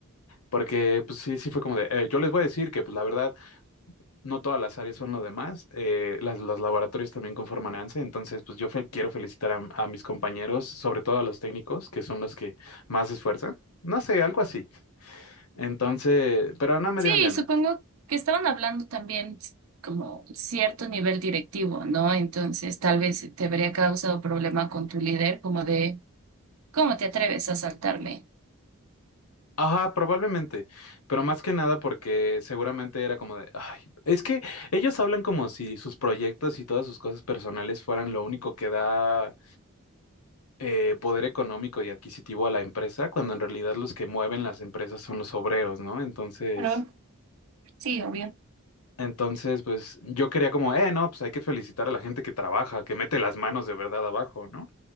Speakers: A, on the left; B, on the right.
A: Porque pues sí, sí fue como de, eh, yo les voy a decir que pues la verdad no todas las áreas son lo demás, eh, las, los laboratorios también conforman ANSE, entonces pues yo fe- quiero felicitar a, a mis compañeros, sobre todo a los técnicos, que son los que más se esfuerzan, no sé, algo así. Entonces, pero no me
B: Sí,
A: dieron ganas.
B: supongo que estaban hablando también como cierto nivel directivo, ¿no? Entonces, tal vez te habría causado problema con tu líder, como de, ¿cómo te atreves a saltarme?
A: Ajá, probablemente, pero más que nada porque seguramente era como de, ay, es que ellos hablan como si sus proyectos y todas sus cosas personales fueran lo único que da eh, poder económico y adquisitivo a la empresa, cuando en realidad los que mueven las empresas son los obreros, ¿no? Entonces,
B: Claro, sí, obvio.
A: entonces, pues yo quería como, eh, no, pues hay que felicitar a la gente que trabaja, que mete las manos de verdad abajo, ¿no?